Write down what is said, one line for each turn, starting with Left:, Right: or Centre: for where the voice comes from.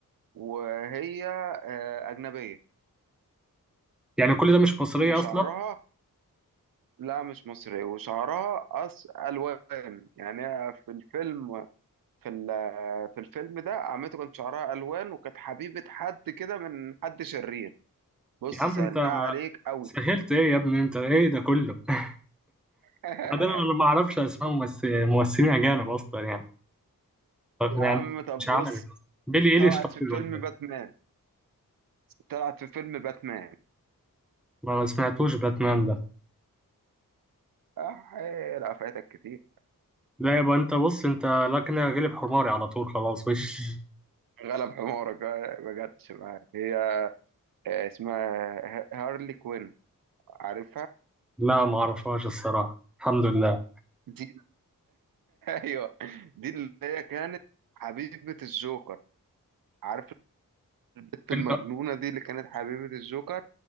Right: وهي آه، اجنبيه
Centre: يعني كل ده مش مصريه
Right: وشعرها
Centre: اصلا
Right: لا مش مصري وشعرها أص الوان يعني هي في الفيلم في ال- في الفيلم ده عمته كان شعرها الوان وكانت حبيبه حد كده من حد شرير بص
Centre: يا عم
Right: سهلتها
Centre: انت
Right: عليك قوي
Centre: سهلت ايه يا ابني انت ايه ده كله <laughs>
Right: <laughs>
Centre: بعدين انا ما اعرفش اسماء ممس... ممثلين اجانب اصلا يعني طب
Right: يا
Centre: يعني
Right: عم طب
Centre: مش
Right: بص
Centre: عارف بيلي ايليش
Right: طلعت
Centre: طيب
Right: في فيلم
Centre: ولا ايه
Right: باتمان طلعت في فيلم باتمان
Centre: ما ما سمعتوش باتمان ده
Right: أح... لا فاتك كتير
Centre: لا يبقى انت بص انت لا كده غلب حماري على طول خلاص وش
Right: غلب حمارك آه، ما جاتش معاك هي آه، اسمها ه- هارلي كوين عارفها
Centre: لا ما اعرفهاش الصراحة الحمد لله
Right: دي <laughs> ايوه دي اللي هي كانت حبيبة الجوكر عارف البت المجنونة
Centre: إلا
Right: دي اللي كانت حبيبة الجوكر